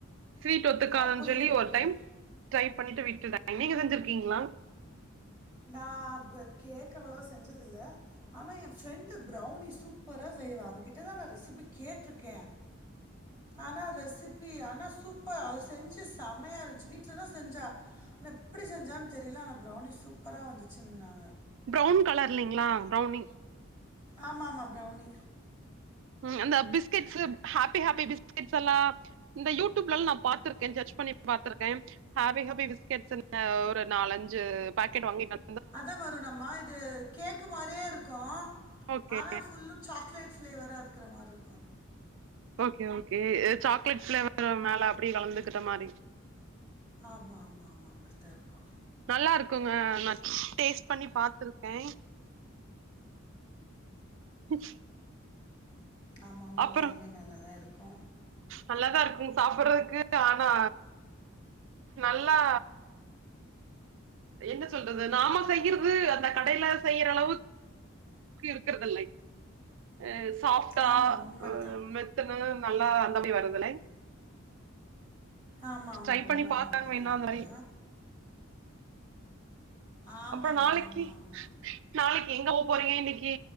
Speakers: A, on the right; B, on the left.
A: ஸ்வீட்டு ஒத்துக்காதுன்னு
B: ஆ புரியுது
A: சொல்லி
B: புரியுது
A: ஒரு டைம் ட்ரை பண்ணிட்டு விட்டுடேங் நீங்க செஞ்சிருக்கீங்களா
B: நா பு கேக்கு அவ்வளவா செஞ்சது இல்ல ஆனா எ ஃப்ரெண்டு ப்ரௌனி சூப்பரா செய்வா அவகிட்டதா நா ரெசிபி கேட்ருக்கே ஆனா ரெசிபி ஆனா சூப்பர் அவ செஞ்சு செம்மையா இருந்துச்சு வீட்லதா செஞ்சா ன்ன எப்படி செஞ்சான்னு தெரில ஆனா ப்ரௌனி சூப்பரா வந்துச்சுன்னாங்க
A: ப்ரௌன் கலர்லைங்களா ப்ரௌனி
B: ஆமா ஆமா ப்ரௌனி
A: ம் அந்த பிஸ்கெட்ஸு ஹாப்பி ஹாப்பி பிஸ்கெட்ஸ் எல்லா இந்த யூடியூப்ல எல்லா நா பாத்திருக்கே ஜ்ட்ஜ் பண்ணி பாத்துருக்கே ஹாப்பி ஹாப்பி பிஸ்கெட்ஸு ன்ன ஒரு நாலஞ்சு பாக்கெட் வாங்கிட்டு வந்
B: அதா வருணம்மா இது கேக்கு மாரியே இருக்கு
A: ஓகே
B: ஆனா ஃபுல்லு சாக்லேட் ஃப்ளேவரா இருக்குற மாரி இருக்கு
A: ஓகே ஓகே சாக்லேட் ஃபிளேவர் மேல அப்டியே கலந்துகிட்ட மாரி
B: ஆமா ஆமா ஆமா அப்படித்தா இருக்கு
A: நல்லா இருக்குங்க நா டேஸ்ட் பண்ணி பாத்துருக்கே <inaudible>
B: ஆமா உண்மையாலுமே
A: அப்புறோ
B: நல்லா தா இருக்கு
A: நல்லாதா இருக்குங் சாப்டுறதுக்கு ஆனா நல்லா என்ன சொல்றது நாம செய்யறது அந்த கடைல செய்யற அளவுக் இருக்கறதில்லைங் அஹ சாஃப்டா
B: ஆமா உண்ம
A: ஹ்
B: தான்.
A: ன்னு நல்லா நம்பி வரதுல்லை
B: ஆமாமா
A: ட்ரை
B: உண்ம
A: பண்ணி பாக்காங்க
B: தான். அப்படிதான்
A: வேன்னா
B: இருக்கு.
A: அந்த மாரி
B: ஆமாங்க.
A: அப்றோ நாளைக்கி
B: ஆமா, ஆமா.
A: நாளைக் எங்க போ போறீங்க இன்னைக்கு